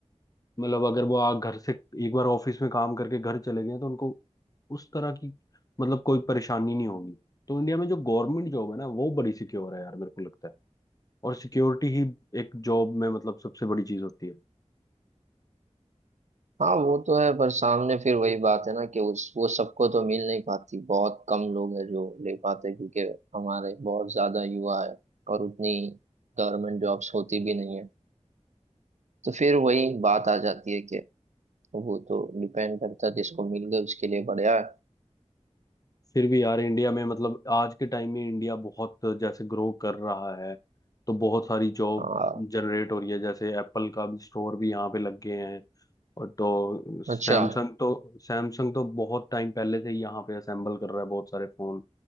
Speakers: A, on the left; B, on the right.
A: मतलब अगर वो आ घर से एक बार ऑफिस में काम करके घर चले गए तो उनको उस तरह की मतलब कोई परेशानी नहीं होगी तो इंडिया में जो गवर्नमेंट जॉब है ना वो बड़ी सिक्योर है यार मेरे को लगता है और सिक्योरिटी ही एक जॉब में मतलब सबसे बड़ी चीज होती है
B: हाँ वो तो है पर सामने फिर वही बात है ना कि उस वो सबको तो मिल नहीं पाती बहुत कम लोग हैं जो ले पाते क्योंकि हमारे बहुत ज्यादा युवा है और उतनी गवर्नमेंट जॉब्स होती भी नहीं है तो फिर वही बात आ जाती है कि वो तो डिपेंड करता है जिसको मिल गया उसके लिए बढ़िया है
A: फिर भी यार इंडिया में मतलब आज के टाइम में इंडिया बहुत जैसे ग्रो कर रहा है तो बहुत सारी जॉब
B: हाँ,
A: जनरेट हो रही है जैसे एप्पल का भी स्टोर भी यहाँ पे लग गए हैं और तो सैमसंग
B: अच्छा
A: तो सैमसंग तो बहुत टाइम पहले से ही यहाँ पे असेंबल कर रहा है बहुत सारे फोन